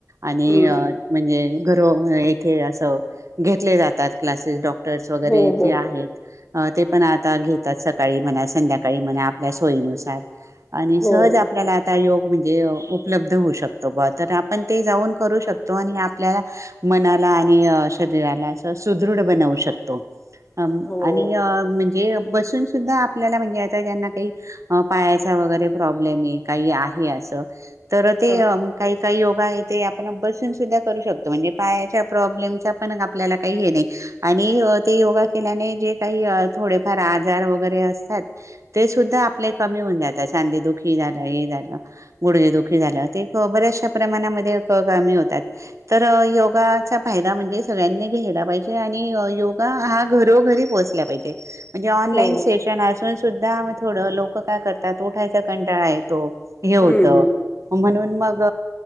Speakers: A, on the right (about 70°); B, on the left (about 25°).
A: आणि
B: हम्म.
A: म्हणजे- घरो इथे असं घेतले जातात क्लासेस डॉक्- डॉक्टरस वगैरे
B: हो. हो.
A: जे आहेत. अ ते पण आता घेतात सकाळी म्हणा संध्याकाळी म्हणा आपल्या सोयीनुसार. आणि
B: हो.
A: सहज आपल्याला- योग म्हणजे उपलब्ध होऊ शको बा तर आपण ते जाऊन करू शकतो आणि आप मनाला आणि शरीराला अस सुदृढ बनवू शकतो ह
B: हो.
A: आणि म्हणज ज बसून सुद्धा आपल्याला म्हणजे आता ज्यांना काही पायाचा वगैरे प्रॉब्लेम आहे काही आहे असं ते
B: हां.
A: काही काही योगा आपण बसून सुधा करू शकतो म्हणजे पायाच्या प्रब्लेम पण आपल्याला काही हे नाही आणि ते योगा केल्याने जे काही थोडेफार आजार वरे असतात ते सुद्धा आपले कमी होऊन जात चांदे दुखी झालं हे झालं गुड दुखी झा ते बऱ्याचशा प्रमाणामध्ये कामी होतात तर योगाचा फायदा म्हणजे सगळ्यांनी घ्यायला पाहिजे आणि योगा हा घरोघरी पोहोचला पाहिजे म्हणजे ऑनलाईन
B: हो.
A: सेशन असून सुद्धा थोडं लोक काय करतात उठायच कंटाळा येतो हे होतं
B: हं. हं.
A: म्हणून मग